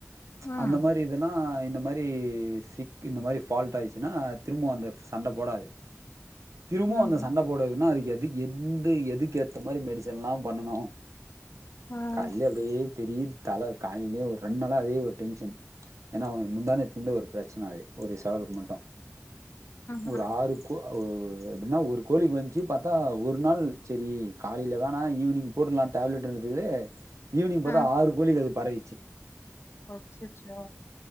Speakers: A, on the left; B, on the right.
A: ம்
B: அந்த மாறி இது இதெல்லா இந்த மாறி சிக் இந்த மாறி ஃபால்ட் ஆயிடுச்சுன்னா திரும்பவு அந்த சண்ட போடாது <inaudible> திரும்பவு
A: ம்
B: அந்த சண்ட போடவேன்னா அது எது எந்த எதுக்கு ஏத்த மாரி மெடிசன்ல்லா பண்ணனு
A: ம்
B: கால்லயே அப்டியே பெரிய தலை காலேலயே ஒரு ரெண்டு நாளா அதே ஒரு டென்ஷன் ஏன்னா முந்தாநேத்துல இருந்தே ஒரு பிரச்சன அது ஒரு சேவலுக்கு மட்டு
A: ம்
B: ஒரு ஆறு கோ ஓ எப்டின்னா ஒரு கோழிக்கு வந்துச்சு பாத்தா ஒரு நாள் சரி காலேல வேணா ஈவினிங் போட்றலான்னு டேப்லெட் என்னதுக்கு ஈவினிங் பாத்தா
A: ம்
B: ஆறு கோழிக்கு அது பரவிச்சு
A: அச்சச்சோ